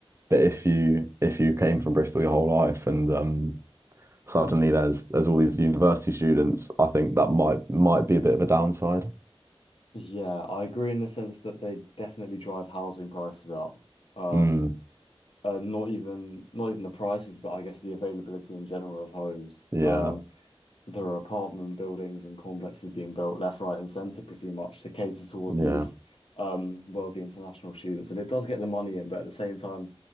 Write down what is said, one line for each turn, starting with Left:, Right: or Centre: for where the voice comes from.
Right: But if you, if you came from Bristol your whole life and, um, suddenly there's there's all these university students. I think that might might be a bit of a downside.
Left: Yeah, I agree in the sense that they definitely drive housing prices up. Um,
Right: Mm,
Left: uh, not even not even the prices, but I guess the availability in general of homes.
Right: yeah,
Left: Um, there are apartment buildings and complexes being built left, right, and centre pretty much to cater towards
Right: yeah,
Left: these um wealthy international students, and it does get the money in, but at the same time,